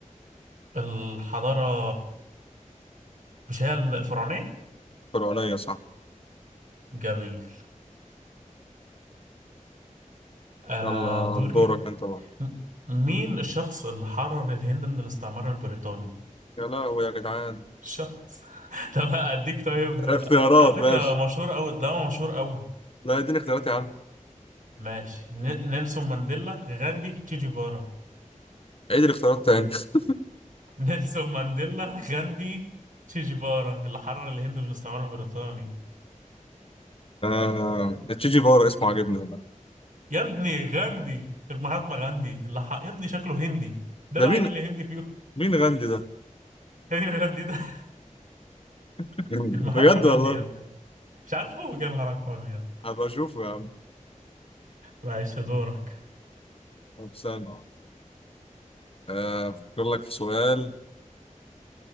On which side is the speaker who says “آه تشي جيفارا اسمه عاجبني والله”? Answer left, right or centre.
Left